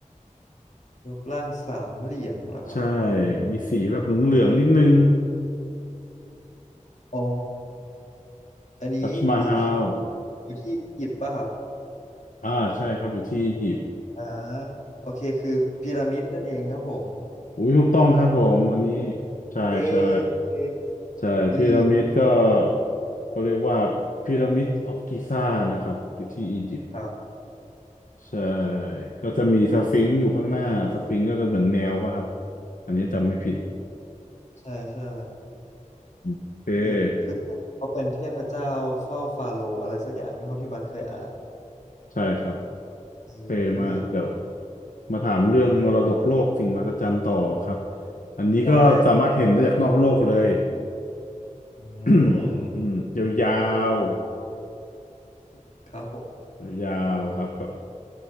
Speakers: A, on the left; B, on the left.
A: รูปร่างสามเหลี่ยมเหรอครับ
B: ใช่มีสีแบบเหลืองๆนิดนึง
A: อ๋อ อันนี้อยู่ที่
B: ทัชมาฮาล
A: อยู่ที่อียิปต์ป่ะครับ
B: อ่าใช่ครับอยู่ที่อียิปต์
A: อ่าโอเค คือพีระมิดนั่นเองครับผม
B: อุ้ยถูกต้องครับผมอันนี้ใช่ใช่
A: เออ
B: ใช่พีระมิดก็
A: ียิปต์
B: เขาเรียกว่าพีระมิดออฟกิซานะครับอยู่ที่อียิปต์
A: ครับ
B: ใช่ก็จะมีสฟิงซ์อยู่ข้างหน้าสฟิงซ์ก็จะเหมือนแมวป่ะครับอันนี้จำไม่ผิด
A: ใช่ใช่
B: โอเค
A: คือคือเขาเป็นเทพเจ้าเฝ้าฟาโรห์อะไรสักอย่างเท่าที่บัตเคยอ่าน
B: ใช่ครับ
A: เออ
B: โอเคมาเดี๋ยวมาถามเรื่องมรดกโลกสิ่งมหัศจรรย์ต่อครับอันนี้ก็สามารถเห็นได้จากนอกโลกเลย
A: ได้ครับ
B: <coughs>
A: อื
B: <clears throat>
A: ม
B: อืมยาว
A: ครับผม
B: ๆยาวๆครับแบบ